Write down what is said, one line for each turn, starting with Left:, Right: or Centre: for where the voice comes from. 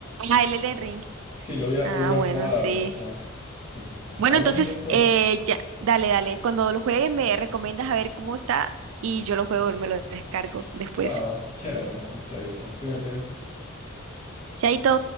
Right: Ah, el Elden Ring.
Left: Sí, lo voy a
Right: Ah,
Left: volver a
Right: bueno,
Left: jugar a
Right: sí.
Left: ver qué tal. Entonces, este,
Right: Bueno,
Left: hablamos
Right: entonces,
Left: después.
Right: eh, ya, dale, dale. Cuando lo juegues me recomiendas a ver cómo está y yo lo juego y me lo descargo después.
Left: Va, va, chévere. Entonces te aviso. Cuídate.
Right: Chaito.